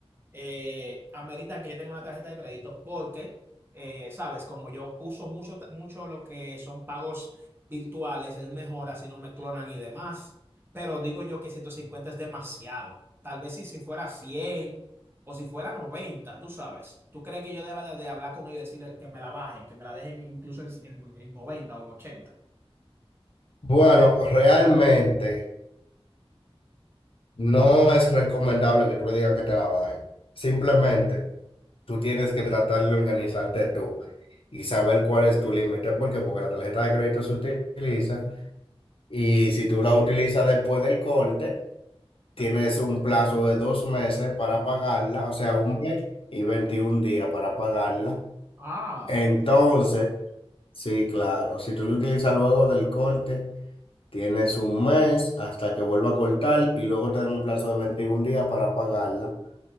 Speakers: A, on the right (about 20°); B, on the left (about 60°).
A: eh, ameritan que yo tenga una tarjeta de crédito porque, eh, sabes, como yo uso mucho, mucho lo que son pagos virtuales, es mejor, así no me clonan y demás. Pero digo yo que 150 es demasiado. Tal vez si, si fuera 100 o si fuera noventa tú sabes. ¿Tú crees que yo deba de, de hablar con ellos y decirles que me la bajen, que me la dejen incluso en, en, en 90 o en ochenta
B: Bueno, realmente no es recomendable que tú le digas que te la bajen. Simplemente. tú tienes que tratar de organizarte tú y saber cuál es tu límite, porque porque la tarjeta de crédito se utiliza y si tú la utilizas después del corte, tienes un plazo de dos meses para pagarla, o sea, un mes y 21 días para pagarla.
A: Ah,
B: Entonces, sí, claro, si tú la utilizas luego del corte, tienes un mes hasta que vuelva a cortar y luego te dan un plazo de 21 días para pagarla.